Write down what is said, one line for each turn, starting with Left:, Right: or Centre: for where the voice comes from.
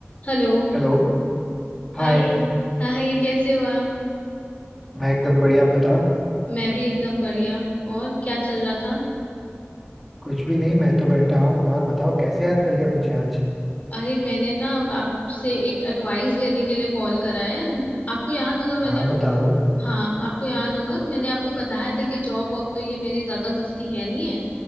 Left: हेलो
Centre: Hello
Left: Hi
Centre: Hi
Left: hi कैसे हो आप
Centre: मैं एकदम बढ़िया आप बताओ
Left: मैं भी एकदम बढ़िया और क्या चल रहा था
Centre: कुछ भी नहीं मैं तो बैठा हूँ और बताओ कैसे याद कर लिया मुझे आज
Left: अरे मैंने ना अब आपसे एक एडवाइस लेने के लिए कॉल करा है आपको याद होगा मैंने
Centre: हाँ
Left: आपको
Centre: बताओ
Left: हाँ आपको याद होगा कि मैंने आपको बताया था कि जॉब वॉब तो ये मेरी ज्यादा बस की है नहीं है